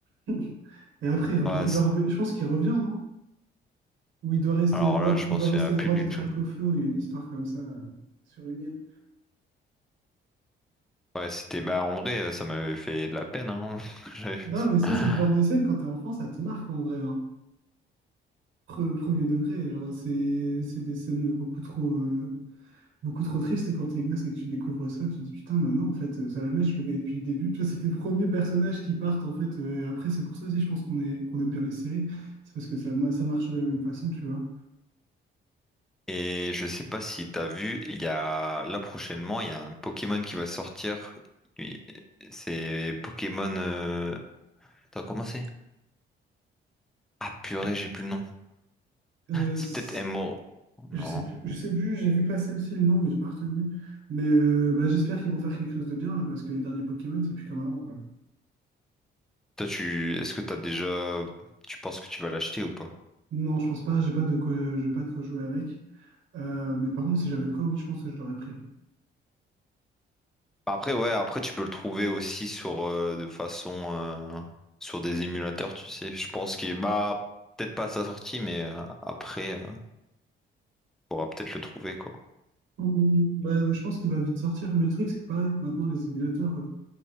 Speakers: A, on the right (about 80°); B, in the centre.
A: <laughs> Et après, il, rev-
B: Ouais,
A: il
B: c'est-
A: doit rev- je pense qu'il revient, non? où il doit rester
B: alors
A: roi,
B: là, je
A: il
B: m'en
A: doit
B: souviens
A: rester
B: plus
A: roi
B: du
A: des Dracaufeu,
B: tout.
A: où il y a une histoire comme ça euh, sur une île.
B: Ouais, c'était bah en vrai, euh, ça m'avait fait de la peine hein, <laughs> quand j'avais fait
A: Non, mais ça,
B: ça.
A: c'est le genre de scène, quand t'es enfant, ça te marque en vrai. hein. Pre- Premier degré, genre, c'est c'est des scènes beaucoup trop, euh, beaucoup trop tristes quand t'es gosse et que tu découvres ça. Tu te dis, putain, maintenant, en fait, euh, Salamèche, je le connais depuis le début. Tu vois, c'est tes premiers personnages qui partent, en fait. euh, et après, c'est pour ça aussi, je pense qu'on est, qu'on aime bien les séries. C'est parce que ça, ma- ça marche de la même façon, tu vois.
B: Et je sais pas si t'as vu, il y a là prochainement, il y a un Pokémon qui va sortir. Et- C'est Pokémon. Euh... T'as commencé? Ah purée, j'ai plus le nom.
A: Euh,
B: C'est
A: c-
B: peut-être Emerald. Non.
A: Je sais plus, je sais plus, j'ai vu passer aussi le nom, mais j'ai pas retenu. Mais euh, bah, j'espère qu'ils vont faire quelque chose de bien là, parce que les derniers Pokémon, c'est plus comme avant, quoi.
B: Toi, tu, est-ce que t'as déjà, tu penses que tu vas l'acheter ou pas?
A: Non, je pense pas, j'ai pas de quoi, j'ai pas de quoi jouer avec. Euh, mais par contre, si j'avais de quoi, oui, je pense que je l'aurais pris.
B: Après, ouais, après tu peux le trouver aussi sur euh, de façon euh, sur des émulateurs, tu sais. Je pense qu'il bah peut-être pas à sa sortie, mais euh, après. euh, pourra peut-être le trouver, quoi.
A: Ou- Bah, je pense qu'il va vite sortir. Mais le truc, c'est que pareil, maintenant, les émulateurs, euh,